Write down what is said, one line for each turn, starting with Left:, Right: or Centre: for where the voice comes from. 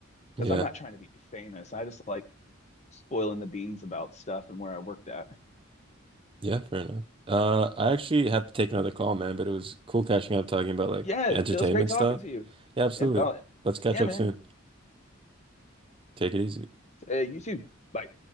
Right: Yeah,
Left: because I'm not trying to be famous. I just like spoiling the beans about stuff and where I worked at.
Right: yeah, fair enough. Uh, I actually have to take another call, man, but it was cool catching up talking about like
Left: Yeah,
Right: entertainment
Left: it was great talking
Right: stuff.
Left: to you.
Right: Yeah, absolutely.
Left: And about
Right: Let's catch
Left: yeah,
Right: up
Left: man.
Right: soon. Take it easy.
Left: Uh, you too. Bye.